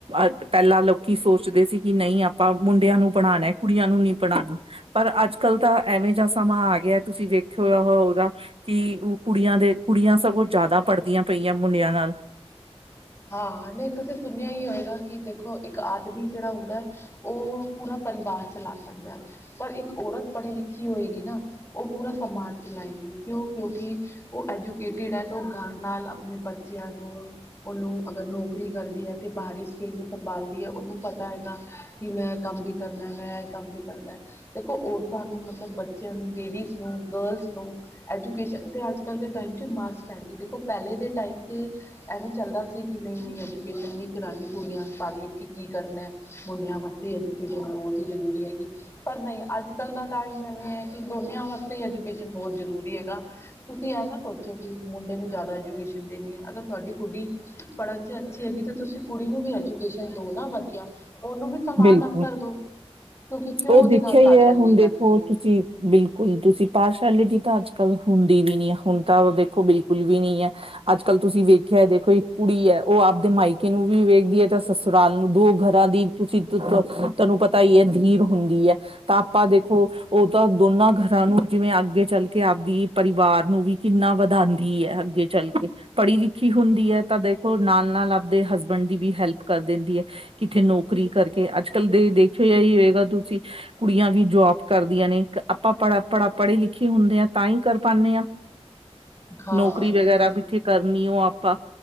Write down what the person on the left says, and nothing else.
ਹਾਂ ਨਹੀਂ ਤੁਸੀਂ ਸੁਣਿਆ ਹੀ ਹੋਏਗਾ, ਕਿ ਦੇਖੋ ਇੱਕ ਆਦਮੀ ਜਿਹੜਾ ਹੁੰਦਾ। ਉਹ ਪੂਰਾ ਪਰਿਵਾਰ ਚਲਾ ਸਕਦਾ ਹੈ। ਪਰ ਇੱਕ ਔਰਤ ਪੜ੍ਹੀ ਲਿਖੀ ਹੋਏਗੀ, ਨਾ ਉਹ ਪੂਰਾ ਸਮਾਜ ਚਲਾਏਗੀ। ਕਿਉਂ ਕਿਉਂਕਿ ਉਹ ਐਜੂਕੇਟਿਡ ਹੈ, ਅਤੇ ਉਹ ਘਰ ਨਾਲ ਆਪਣੇ ਬੱਚਿਆਂ ਨੂੰ ਉਹਨੂੰ ਅਗਰ ਨੌਕਰੀ ਕਰਦੀ ਹੈ, ਤੇ ਬਾਹਰੀ ਸਕਿੱਲ ਨੂੰ ਸੰਭਾਲਦੀ ਹੈ ਉਹਨੂੰ ਪਤਾ ਹੈਗਾ। ਕਿ ਮੈਂ ਕੰਮ ਵੀ ਕਰਨਾ, ਮੈਂ ਇਹ ਕੰਮ ਵੀ ਕਰਦਾ। ਦੇਖੋ ਔਰਤਾਂ ਨੂੰ ਮਤਲਬ, ਬੱਚਿਆਂ ਨੂੰ ਲੇਡੀਜ਼ ਨੂੰ ਗਰਲਜ਼ ਨੂੰ ਐਜੂਕੇਸ਼ਨ ਤੇ ਅੱਜ-ਕੱਲ ਦੇ ਟਾਈਮ ਚ ਮਾਸਕ ਹੈਗੀ, ਦੇਖੋ ਪਹਿਲੇ ਦੇ ਟਾਈਮ ਐਵੇ। ਚੱਲਦਾ ਸੀ ਕਿ ਨਹੀਂ-ਨਹੀਂ ਐਜੂਕੇਸ਼ਨ, ਨਹੀਂ ਕਰਾਉਣੀ ਕੁੜੀਆਂ ਪੜ੍ਹ ਲਿਖ ਕੇ ਕੀ ਕਰਨਾ। ਮੁੰਡਿਆਂ ਵਾਸਤੇ ਐਜੂਕੇਸ਼ਨ ਬਹੁਤ ਹੀ ਜ਼ਰੂਰੀ ਹੈ। ਪਰ ਨਹੀਂ ਅੱਜ-ਕੱਲ ਦਾ ਟਾਈਮ ਐਵੇਂ ਹੈ, ਕਿ ਦੋਨੀਆਂ ਵ ਤੇ ਐਜੂਕੇਸ਼ਨ ਬਹੁਤ ਜ਼ਰੂਰੀ ਹੈਗਾ, ਤੁਸੀਂ ਇਹ ਨਾ ਸੋਚੋ ਕਿ ਮੁੰਡੇ ਨੂੰ ਜ਼ਿਆਦਾ ਐਜੂਕੇਸ਼ਨ ਦੇਣੀ ਹੈ, ਅਗਰ ਤੁਹਾਡੀ ਕੁੜੀ ਪੜ੍ਹਨ ਚ' ਅੱਛੀ ਹੈਗੀ ਤੇ ਤੁਸੀਂ ਕੁੜੀ ਨੂੰ ਵੀ ਐਜੂਕੇਸ਼ਨ ਦਿਓ ਨਾ ਵਧੀਆ। ਉਹਨੂੰ ਵੀ ਸਮਾਨ
ਅਫਸਰ ਦੋ। ਕਿਉਂਕਿ ਕਿਉਂ
ਉਹਦੇ
ਨਾਲ ਪਾਰਸ਼ਲਟੀ
ਕਰਨੀ ਹੈ।
<inaudible> ਹਾਂ
ਨਹੀਂ ਨਹੀਂ